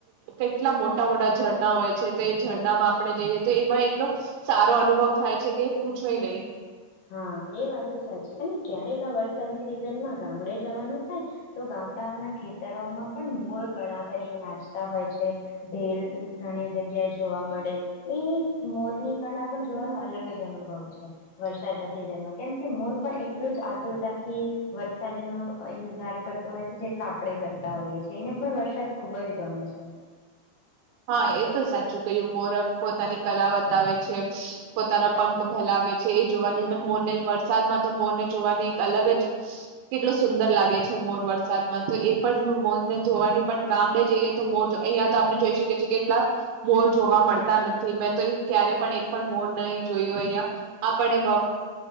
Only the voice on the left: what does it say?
હા એ વાત તો સાચી અને ક્યારેક આ વરસાદની સિઝનમાં ગામડે જવાનું થાય તો ગામડાઓના ખેતરોમાં પણ મોર કળા કરીને નાચતા હોય છે ઢેલ ઘણી જગ્યાએ જોવા મળે ઈ મોર ની કળા પણ જોવાનો અલગ જ અનુભવ છે વરસાદના સીઝનમાં કેમ કે મોર પણ એટલું જ આતુરતાથી વરસાદ નું અ ઈંતજાર કરતું હોય છે જેટલો આપણે કરતા હોઈએ છીએ એને પણ વરસાદ ખુબ જ ગમે છે.